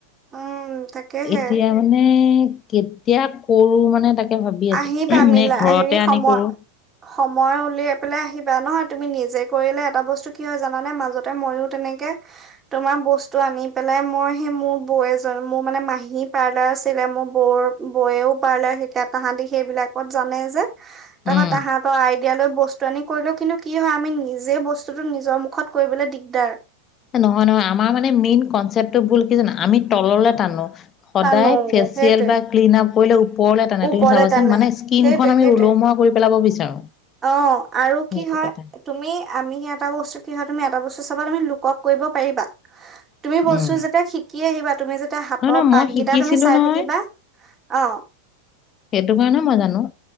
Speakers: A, on the right (about 15°); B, on the left (about 30°).
A: উম তাকেহে
B: এতিয়া মানে কেতিয়া কৰো মানে, তাক ভাবি আছো।
A: আহিবা মিলা
B: নে ঘৰত
A: হেৰি
B: কি <unintelligible> কানে
A: সময়
B: কৰো।
A: সময় উলিয়াই পেলাই আহিবা, নহয় তুমি নিজে কৰিলে এটা বস্তু কি হয় জানানে মাজতে মইও তেনেকে, তোমাৰ বস্তু আনি পেলাই, মই সেই মোৰ বৌ মোৰ মানে মাহী পাৰ্লাৰ আছিলে মোৰ বৌ বয়েও পাৰ্লাৰ সিকাত তাহাঁতি সেইবিলাকত জানে যে, তাৰপা
B: উম।
A: তাহাতৰ আইডিয়া লৈ বস্তু আনি কৰিলো, কিন্তু কি হয় আমি নিজে বস্তুতটো নিজৰ মুখত কৰিবলৈ দিগদাৰ।
B: নহয় নহয়, আমাৰ মানে মেইন কনচেপ্টটো ভুল কি জানো! আমি তললে টানো সদায়
A: টানোগে
B: ফেচিয়েল
A: সেইটোৱে
B: বা ক্লিন আপ কৰিলে <unintelligible>
A: ওপৰলে
B: তুমি চাবাচোন
A: তানে,
B: মানে স্কিনখন
A: সেইটোৱে
B: আমি
A: সেইটোৱে,
B: ওলমোৱা কৰি পেলাব বিচাৰো।
A: অঁ' আৰু
B: সেইটো
A: কি হয়,
B: কথা
A: তুমি আমি এটা বস্তু কি হয়, তুমি এটা বস্তু চাৱা আমি লোকক কৰিব পাৰিবা তুমি বস্তু
B: উম
A: যেতিয়া শিকি আহিবা, তুমি যেতি হাতৰ
B: নহয় নহয় মই
A: পাককিটা
B: শিকিছিলো
A: তুমি চাই
B: নহয়
A: থাকিবা, অঁ
B: সেইটো কাৰণে মই জানো।